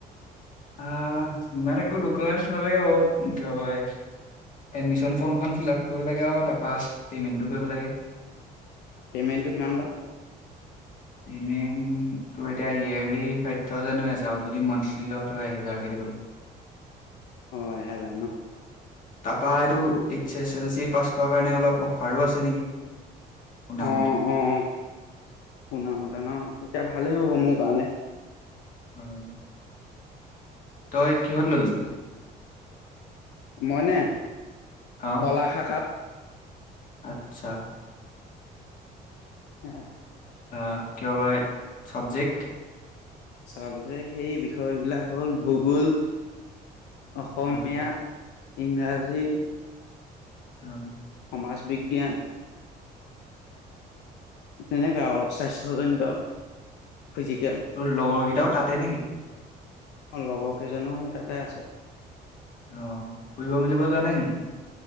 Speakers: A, on the left (about 50°); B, on the left (about 80°).
A: আহ ইমান একো ডকুমেণ্টছ নালাগে বহুত কি কয় এডমিশ্যন ফৰ্মখন ফিলাপ কৰিব লাগে আৰু তাৰপা পেমেন্টো কৰিব লাগে।
B: পে'মেণ্টটো কিমান বা।
A: <unintelligible> তোৰ এতিয়া ইয়াৰলি ফাইভ থাউজেণ্ড হৈ আছে আৰু যদি মান্থলি লও ত‌ই এহেজাৰ কৈ দিব লাগিব।
B: <unintelligible>
A: তাৰপা এইটো H S L C pass কৰা কাৰণে অলপ অফাৰো আছে নেকি? শুনা
B: অ'
A: মতে
B: অ' শুনামতে ন তেতিয়া ভালেই হ'ব মোৰ কাৰণে।
A: <unintelligible> তই কিহত ললি?
B: মইনে।
A: অ',
B: কলা শাখাত
A: আচ্ছা।
B: <unintelligible>
A: অ', কিয় কয় চাবজেক্ট।
B: চাবজেক্ট সেই বিষয় বিলাক হ'ল ভূগোল। অসমীয়া,
A: অ'
B: ইংৰাজী।
A: <unintelligible>
B: সমাজ বিজ্ঞান। তেনেকুৱা ও স্বাস্থ্যজনিত ফিজিকেল।
A: তোৰ লগৰ কেইটাও তাতে নেকি।
B: অ লগৰ কেইজনোও সেই তাতে আছে।
A: অ', ফুৰিব মেলিব যোৱা নাই নেকি?